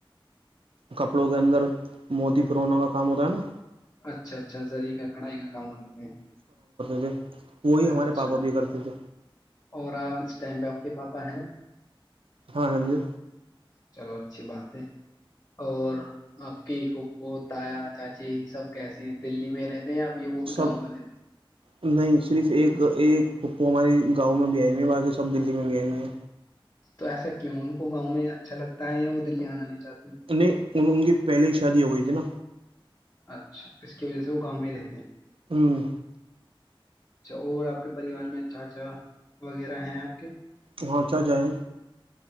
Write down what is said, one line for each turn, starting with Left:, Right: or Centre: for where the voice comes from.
Right: کپڑوں کے اندر موتی پروونوں کا کام ہوتا ہے نا
Left: اچھا اچھا زری کا کڑھائی کا کام کرتے ہیں
Right: جے وہی ہمارے
Left: اچھا
Right: پاپا بھی کرتے تھے
Left: اور آپ اس ٹائم پہ آپ کے پاپا ہیں
Right: ہاں ہاں جی
Left: چلو اچھی بات اور آپ کی پھوپھو تایا چاچی سب کیسی ہیں دلی میں رہتے ہیں آپ یہ وہ بھی
Right: سب
Left: گاؤں میں رہتے ہیں
Right: نہیں صرف ایک ایک پپو ہماری گاؤں میں بھی آی ہوئی ہیں باقی سب دلی میں بھی آئی ہوی ہیں
Left: تو ایسا کیوں ان کو گاؤں میں اچھا لگتا ہے یا وہ دلی آنا نہیں چاہتی
Right: انیں ان کی پہلے شادی ہو گئی تھی الا
Left: اچھا اس کی وجہ سے وہ گاؤں میں رہتے ہیں
Right: ہوں
Left: اچھا اور آپ کے پریوار میں چاچا وغیرہ ہیں آپ کے
Right: وہاںچا جائیں